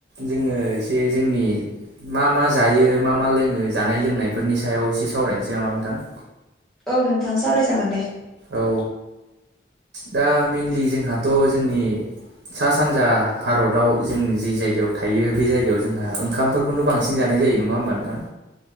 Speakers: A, on the right; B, in the centre.
A: जोङो एसे जोंनि मा मा जायो मा मा लोङो जानाय लोंनायफोरनि सायाव एसे सावरायनोसै नामा नोंथां?
B: औ नोंथां सावरायजागोन दे।
A: औ। दा मेनलि जोंहाथ' जोंनि सा सानजा भारताव जों जे जायगायाव थायो बे जायगायाव जोंहा ओंखामफोर खौनो बांसिन जानाय जायो नङा होमबा नोंथां।